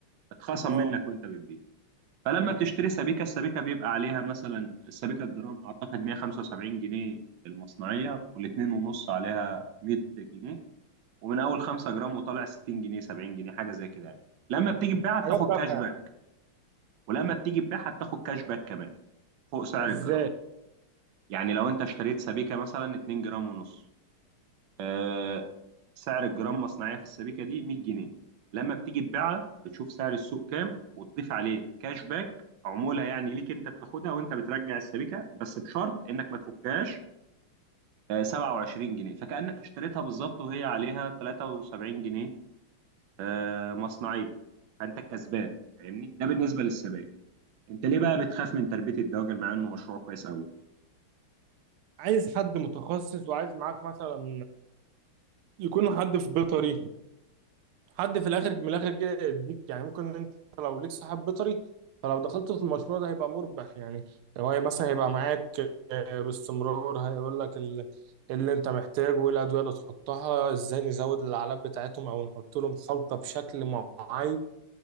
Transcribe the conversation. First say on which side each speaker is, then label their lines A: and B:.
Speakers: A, on the right (about 65°); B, on the right (about 85°).
A: اتخصم
B: اه
A: منك وانت بتبيع فلما بتشتري سبيكة السبيكة بيبقى عليها مثلا السبيكة الجرام أعتقد 175 جنيه المصنعية والاتنين ونص عليها 100 جنيه ومن أول 5 جرام وطالع 60 جنيه 70 جنيه حاجة زي كده يعني لما بتيجي تبيعها بتاخد
B: حاجات تافهة
A: كاش باك ولما بتيجي تبيعها بتاخد كاش باك كمان فوق سعر
B: ازاي
A: الجرام يعني لو أنت اشتريت سبيكة مثلا 2 جرام ونص آه، سعر الجرام مصنعيه في السبيكه دي 100 جنيه لما بتيجي تبيعها بتشوف سعر السوق كام وتضيف عليه كاش باك عموله يعني ليك انت بتاخدها وانت بترجع السبيكه بس بشرط انك ما تفكهاش آه، 27 جنيه فكانك اشتريتها بالظبط وهي عليها 73 جنيه آه، مصنعيه فانت الكسبان فاهمني ده بالنسبه للسبائك انت ليه بقى بتخاف من تربيه الدواجن مع انه مشروع كويس قوي
B: عايز حد متخصص وعايز معاك مثلا يكون حد في بيطري حد في الاخر من الاخر كده يديك يعني ممكن انت لو ليك صاحب بيطري فلو دخلت في المشروع ده هيبقى مربح يعني هو مثلا هيبقى معاك آه، باستمرار هيقول لك ال- اللي انت محتاجه وايه الادويه اللي تحطها ازاي نزود العلب بتاعتهم او نحط لهم خلطه بشكل معين